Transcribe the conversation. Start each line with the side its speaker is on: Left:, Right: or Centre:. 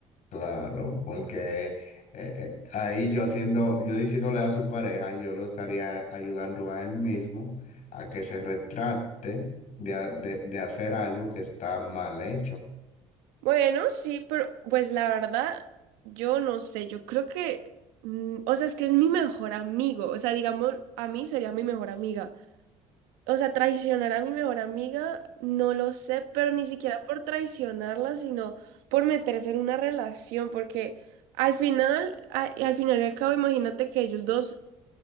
Left: claro, porque eh, eh, ahí yo haciendo, yo diciéndole a su pareja, yo lo estaría ayudando a él mismo a que se retrate de, ha- de de hacer algo que está mal hecho.
Right: Bueno, sí, pero pues la verdad, yo no sé, yo creo que, mm, o sea, es que es mi mejor amigo, o sea, digamos, a mí sería mi mejor amiga. O sea, traicionar a mi mejor amiga, no lo sé, pero ni siquiera por traicionarla, sino por meterse en una relación, porque al final, a- al final y al cabo, imagínate que ellos dos